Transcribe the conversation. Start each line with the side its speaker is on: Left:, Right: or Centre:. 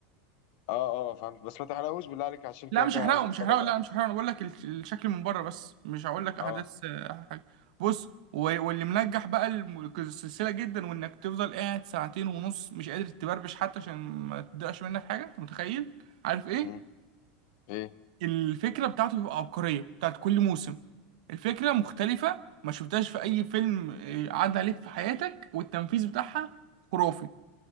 Left: اه اه فهمت بس ما تحرقوش بالله عليك عشان
Right: لا
Left: كده
Right: مش
Left: كان
Right: هحرقه
Left: عايز اتفرج
Right: مش هحرقه لا
Left: عليه
Right: مش هحرقه انا بقول لك الش- الشكل من بره بس مش هقول لك احداث
Left: اه
Right: آه، حاجه بص و- واللي منجح بقى الم- السلسله جدا وانك تفضل قاعد ساعتين ونص مش قادر تبربش حتى عشان ما تضيعش منك حاجه انت متخيل عارف ايه
Left: مم. ايه
Right: الفكرة بتاعته بتبقى عبقرية بتاعت كل موسم الفكرة مختلفة ما شفتهاش في أي فيلم آه، عدى عليك في حياتك والتنفيذ بتاعها خرافي